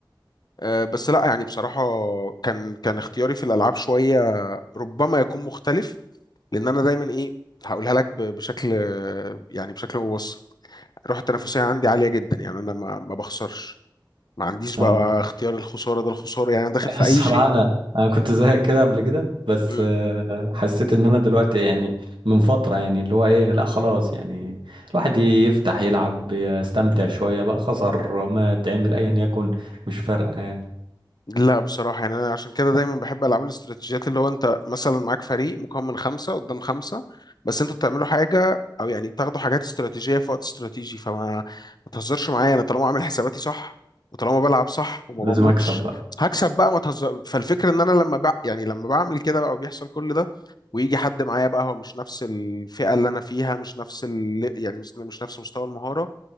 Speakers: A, on the left (about 55°); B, on the right (about 80°).
A: آه بس لا يعني بصراحة كان كان اختياري في الالعاب شوية ربما يكون مختلف لان انا دايما ايه هقولها لك ب- بشكل يعني بشكل مبسط الروح التنافسية عندي عالية جدا يعني انا ما ما بخسرش ما عنديش بقى
B: اه
A: اختيار الخسارة ده الخسارة يعني انا داخل
B: <laughs>
A: في
B: الصراحه
A: اي
B: انا انا كنت زيك كده قبل كده بس
A: شيء
B: آه، حسيت ان انا دلوقتي يعني من فتره يعني اللي هو ايه لا خلاص يعني الواحد يفتح يلعب يستمتع شويه بقى خسر ما تعمل ايا يكن مش فارقه يعني.
A: لا بصراحة يعني أنا عشان كده دايما بحب ألعاب الاستراتيجيات اللي هو أنت مثلا معاك فريق مكون من خمسة قدام خمسة بس أنتوا بتعملوا حاجة أو يعني بتاخدوا حاجات استراتيجية في وقت استراتيجي فما ما تهزرش معايا أنا طالما عامل حساباتي صح وطالما بلعب صح وما
B: لازم
A: بموتش
B: اكسب بقى
A: هكسب بقى ما تهزر فالفكرة إن أنا لما بع... يعني لما بعمل كده بقى وبيحصل كل ده ويجي حد معايا بقى هو مش نفس الفئة اللي أنا فيها مش نفس ال... يعني مش مش نفس مستوى المهارة